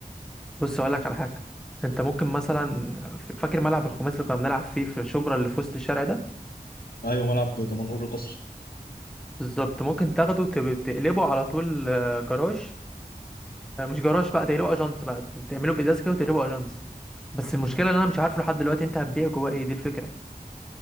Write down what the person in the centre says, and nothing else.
بص اقول لك على حاجه انت ممكن مثلا ف- فاكر ملعب الخماسي اللي كنا بنلعب فيه في شبرا اللي في وسط الشارع ده
بالظبط ممكن تاخده وتب- تقلبه على طول آه، جراج آه، مش جراج بقى تقلبه اجنس بقى تعمله بازاز كده وتقلبه اجنس بس المشكله ان انا مش عارفه لحد دلوقتي انت هتبيع جواه ايه دي الفكره